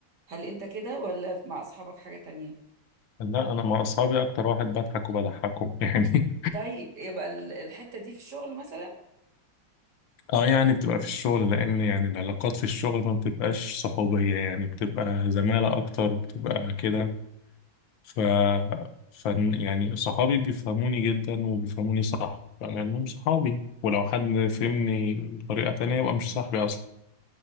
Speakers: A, on the right (about 60°); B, on the left (about 80°).
A: هل انت كده ولا مع اصحابك حاجة تانية
B: لا انا مع اصحابي اكتر واحد بضحك وبضحكهم <laughs> يعني
A: طيب يبقى ال- الحتة دي في الشغل مثلا
B: اه يعني بتبقى في الشغل لان يعني العلاقات في الشغل ما بتبقاش صحوبية يعني بتبقى زمالة اكتر بتبقى كده ف ف يعني صحابي بيفهموني جدا وبيفهموني صح لانهم صحابي ولو حد فهمني بطريقة تانية يبقى مش صاحبي اصلا